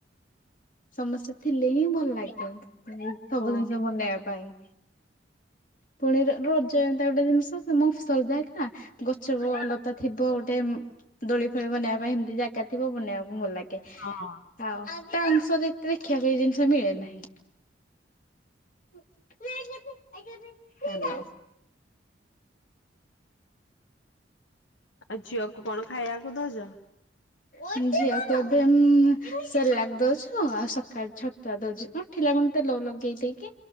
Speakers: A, on the left; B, on the left.
A: ସମସ୍ତେ ଥିଲେ ହିଁ ଭଲ ଲାଗିବ ସବୁ
B: ହଁ
A: ଜିନିଷ ବନେଇବା ପାଇଁ।
B: <inaudible>
A: ପୁଣି ର ରଜ ଏମିତିକା ଗୋଟେ ଜିନିଷ ଫୁଣି <unintelligible> ଜାଗା ଗଛ ଲତା ଥିବ ଗୋଟେ ଏମ୍ ଦୋଳି ଫଳି ବନେଇବା ପାଇଁ ସେମିତି ଜାଗା ଥିବ ବନେଇବାକୁ ଭଲ ଲାଗେ।
B: ହଁ
A: ଆଉ <unintelligible> ଅଂଶରେ ଏତେ ଦେଖିବା ପାଇଁ ଜିନିଷ ମିଳେ ନାହିଁ। ହେଲୋ।
B: ଆଉ ଝିଅକୁ କଣ ଖାଇଆକୁ ଦଉଚ?
A: ଝିଅତ ଏବେ ଉଁ ସେରଲାକ ଦଉଚୁ ଆଉ ସକାଳ ଛତୁଆ ଦଉଚୁ <unintelligible> ପିଲାମାନଙ୍କୁ ତେଲ ଲଗେଇ ଦେଇକି